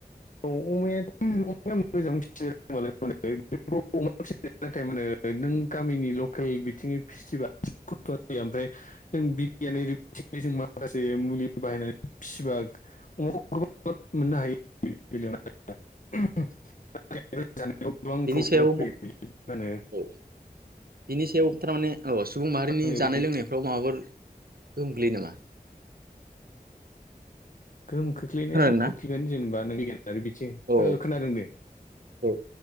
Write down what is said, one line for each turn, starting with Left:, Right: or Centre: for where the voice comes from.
Left: औ अमायाथ' अमाया मोजां फिसिनो‌ रोंबालाय <unintelligible> <inaudible> नाथाय माने नों गामिनि लखेल बिथिङै फिसिबा खस्थ'आ जायो ओमफाय जों बिगियान जों माखासे मुलि बाहायनानै फिसिबा <unintelligible> जानायाव गोबां
Right: बेनि
Left: प्रब्लेम
Right: सायाव
Left: फैयो मा होनो
Right: औ बिनि सायाव थारमाने औ सुबुं माहारिनि
Left: होनो
Right: जानाय
Left: बे
Right: लोंनायफ्राव माबाफोर गोहोम गोलैयो नामा?
Left: गोहोम खोख्लैनायाथ'
Right: खोनादोंना?
Left: खोख्लै गोन जेनेबा नों आरो बिथिं
Right: औ
Left: ओ खोनादों दे
Right: औ